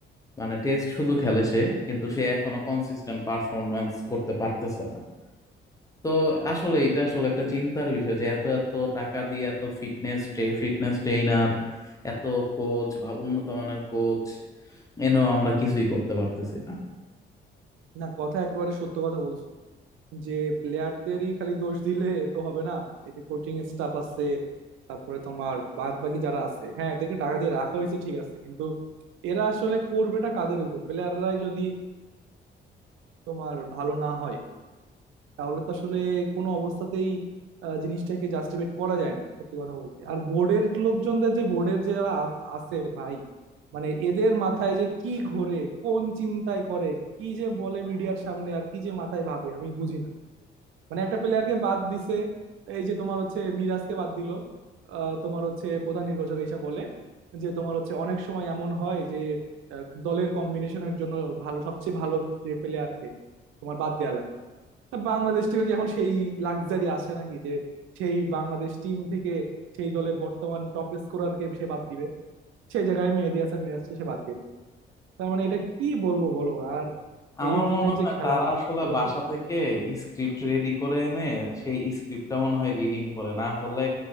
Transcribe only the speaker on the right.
না কথা একেবারে সত্য কথা বলছো যে প্লেয়ারদেরই খালি দোষ দিলে তো হবে না এই যে কোচিং স্টাফ আছে তারপরে তোমার বাদ বাকি যারা আছে হ্যাঁ এদেরকে টাকা দিয়ে রাখা হয়েছে ঠিক আছে কিন্তু এরা আসলে করবেটা কাদের উপর প্লেয়াররাই যদি তোমার ভালো না হয় তাহলে তো আসলে কোনো অবস্থাতেই আহ, জিনিসটাকে জাস্টিফাইড করা যায় না সত্যি কথা বলতে আর বোর্ডের লোকজনদের যে বোর্ডের যারা আ- আছে ভাই মানে এদের মাথায় যে কি ঘোরে কোন চিন্তায় করে কি যে বলে মিডিয়ার সামনে আর কি যে মাথায় ভাবে আমি বুঝি না মানে একটা প্লেয়ারকে বাদ দিছে এই যে তোমার হচ্ছে মিরাজকে বাদ দিল আহ, তোমার হচ্ছে প্রধান নির্বাচক এসে বলে যে তোমার হচ্ছে অনেক সময় এমন হয় যে আহ, দলের কম্বিনেশনের জন্য ভালো সবচেয়ে ভালো যে প্লেয়ারকে তোমার বাদ দেয়া লাগে তা বাংলাদেশ টিমের কি এখন সেই লাক্সারি আছে নাকি যে সেই বাংলাদেশ টিম থেকে সেই দলের বর্তমান টপ স্কোরার কে সে বাদ দিবে সেই জায়গায় মেহেদী হাসান মিরাজকে সে বাদ দিয়ে দিল তার মানে এটা কি বলবো বলো আর
এই টিমের
যে
খেলার
বলো
তো